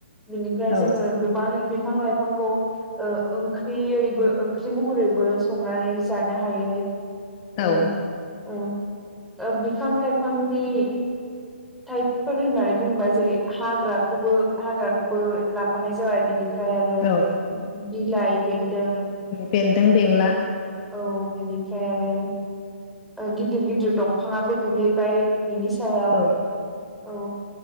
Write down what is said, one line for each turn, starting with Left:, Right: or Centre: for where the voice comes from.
Centre: बिनिफ्राय
Left: औ
Centre: जोङो गोबां बिफां लाइफांखौ ओंख्रियैबो ओंख्रि महरैबो संनानै जानो हायो
Left: औ
Centre: ओं ओं बिफां लाइफांनि िाइफोर होननानै बुङोबा जेरै हाग्राखौबो हाग्राखौबो लाफानाय जाबाय बिनिफ्राय ओमफ्राय आरो
Left: औ
Centre: बिलाइ बेन्दों
Left: बेन्दों बेंला
Centre: औ बिनिफ्राय आरो गिदिर गिदिर दंफाङाबो गोग्लैबाय बिनि सायाव
Left: औ
Centre: औ